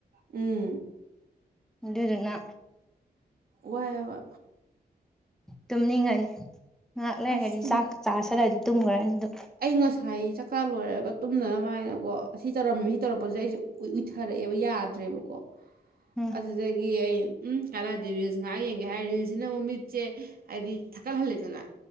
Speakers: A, on the right (about 60°); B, in the centre.
A: ꯎꯝ
B: ꯎꯔꯉ
A: ꯋꯥꯏꯕ
B: ꯇꯨꯝꯅꯤꯡꯉꯅꯤ ꯉꯥꯏꯍꯥꯛ ꯂꯩꯔꯅꯤ
A: ꯑꯁ ꯇꯨꯝ
B: ꯆꯥꯛ ꯆꯥꯁꯤꯔꯗꯤ ꯇꯨꯝꯈ꯭ꯔꯅꯤꯗ
A: ꯑꯩ ꯉꯁꯥꯏ ꯆꯀꯥ ꯂꯣꯏꯔꯒ ꯇꯨꯝꯅꯅꯕ ꯍꯥꯏꯅꯀꯣ ꯑꯁꯤ ꯇꯧꯔꯝꯃꯦ ꯁꯤ ꯇꯧꯔꯛꯄꯁꯦ ꯑꯩꯁꯦ ꯎꯏꯊꯔꯛꯑꯦꯕ ꯌꯥꯗ꯭ꯔꯦꯕꯀꯣ
B: ꯎꯝ
A: ꯑꯗꯨꯗꯒꯤ ꯑꯩ ꯎꯝ ꯀꯥꯟꯅꯗꯤ ꯔꯤꯜꯁ ꯉꯥꯏꯍꯥꯛ ꯌꯦꯡꯒꯦ ꯍꯥꯏ ꯔꯤꯜꯁꯁꯤꯅ ꯑꯃꯨꯛ ꯃꯤꯠꯁꯦ ꯍꯥꯏꯗꯤ ꯊꯛꯀꯠꯍꯜꯂꯦꯗꯅ